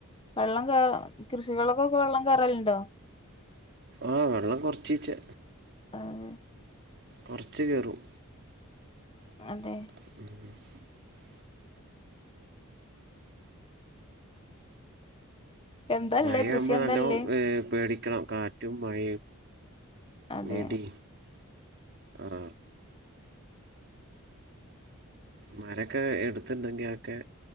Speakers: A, on the left; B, on the right.
A: വെള്ളം കേറ കൃഷികളൊക്കൊക്കെ വെള്ളം കേറലുണ്ടോ
B: ആ വെള്ളം കൊറച്ചീചെ
A: അതെ
B: കുറച്ച് കയറും <unintelligible>
A: അതെ
B: <inaudible>
A: എന്തല്ലേ
B: മഴ
A: കൃഷി
B: ആവുമ്പോ
A: എന്തല്ലേ
B: നല്ലോ പേടി ക്കണം കാറ്റും മഴയും
A: അതെ
B: വിഇടിം ആഹ മരൊക്കെ എടുത്തിണ്ടെങ്കിൽ ഒക്കെ